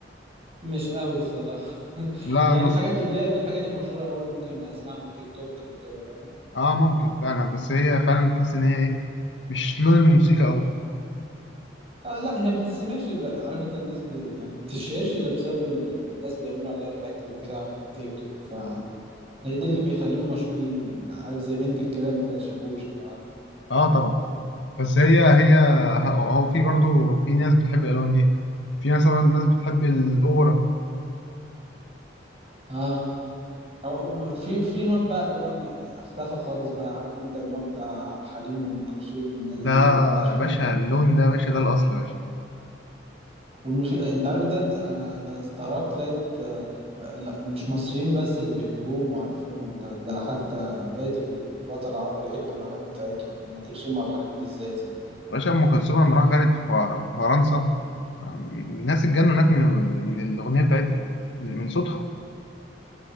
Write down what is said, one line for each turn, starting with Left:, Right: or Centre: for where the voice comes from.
Right: مش قوي صراحه <laughs>
Left: لا
Right: يعني
Left: نص
Right: الحاجات اللي هي الحاجات المشهوره قوي ممكن اسمعها من التيك توك وكده فاهم
Left: اه ممكن فعلا بس هي فعلا تحس ان هي ايه مش لون الموسيقى قوي
Right: اه لا هي ما بتسمعش الا عارف انت الناس ب... يعني ما بتشهرش الا بسبب إن الناس بيعملوا عليها رياكت وكده على التيك توك فهي ده اللي بيخليهم مشهورين عارف زي بنت الجيران بتاعت شاكوش لو عارف
Left: اه طبعا بس هي هي هو في برضو في ناس بتحب الالوان دي في مثلا ناس بتحب الاوبرا
Right: اه أو في في نوع بقى اللي هو ما اختفى خالص بقى عارف انت النوع بتاع عبد الحليم وام كلثوم والناس
Left: ده
Right: ديت مبقاش
Left: يا باشا اللون ده يا باشا ده الاصل يا باشا
Right: والمش... انت عارف ده إن انا انا استغربت لقيت آه، آه، لا مش مصريين بس اللي بيحبوهم وعارفينهم ده, ده حتى بقية الوطن العربي بيحبوا الاغاني بتاعتهم ام كلثوم وعبد الحليم بالذات يعني
Left: باشا أم كلثوم لما راح غنت في ف- في فرنسا أم، الناس اتجنوا هناك من ال- من الأغنية بتاعتها من صوتها